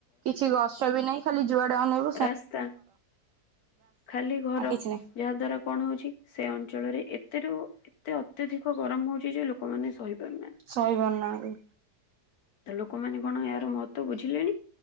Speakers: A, on the right (about 60°); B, on the left (about 65°).
A: କିଛି ଗଛ ବି ନାହିଁ ଖାଲି ଯୁଆଡେ ଅନାଇଵ
B: ରାସ୍ତା ଖାଲି ଘର
A: ଆଉ କିଛି ନାହିଁ
B: ଯାହା ଦ୍ଵାରା କଣ ହଉଛି ସେ ଅଞ୍ଚଳରେ ଏତେ ରୁ ଏତେ ଅତ୍ୟଧିକ ଗରମ ହଉଛି ଯେ ଲୋକମାନେ ସହହିପାରୁ
A: ସହିପାରୁ ନାହାନ୍ତି।
B: ତ ଲୋକମାନେ କଣ ଏହାର ମହତ୍ୱ ବୁଝିଲେଣି?